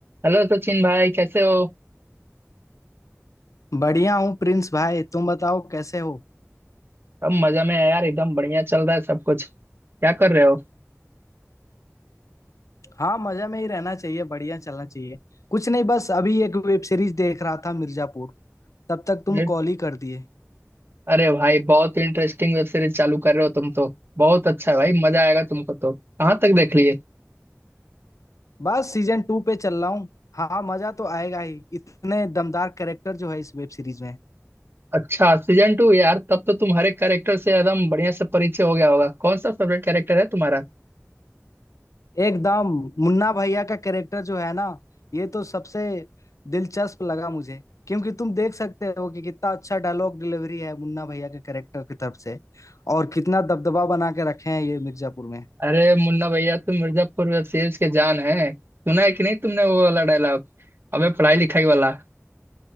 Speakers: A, on the right (about 45°); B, on the left (about 85°).
A: Hello Sachin भाई कैसे हो
B: बढ़िया हूँ प्रिंस भाई तुम बताओ कैसे हो
A: सब मजा में है यार एकदम बढ़िया चल रहा है सब कुछ क्या कर रहे हो
B: हाँ मजा में ही रहना चाहिए बढ़िया चलना चाहिए कुछ नहीं बस अभी एक वेब सीरीज देख रहा था मिर्जापुर तब तक तुम
A: मैं-
B: कॉल ही कर दिए
A: अरे भाई बहुत इंटरेस्टिंग वेब सीरीज चालू कर रहे हो तुम तो बहुत अच्छा है भाई मजा आएगा तुमको तो कहाँ तक देख लिए
B: बस सीजन टू पे चल रहा हूँ हाँ मजा तो आएगा ही इतने दमदार कैरेक्टर जो है इस वेब सीरीज में
A: अच्छा सीजन टू यार तब तो तुम हर एक कैरेक्टर से एकदम बढ़िया से परिचय हो गया होगा कौन सा फेवरेट कैरेक्टर है तुम्हारा
B: एकदम मुन्ना भैया का कैरेक्टर जो है ना ये तो सबसे दिलचस्प लगा मुझे क्योंकि तुम देख सकते हो कि कितना अच्छा डायलॉग डिलीवरी है मुन्ना भैया के कैरेक्टर की तरफ से और कितना दबदबा बना के रखे हैं ये मिर्जापुर में
A: अरे मुन्ना भैया तुम मिर्जापुर वेब सीरीज के जान है सुना है कि नहीं तुमने वो वाला डायलॉग अबे पढ़ाई लिखाई वाला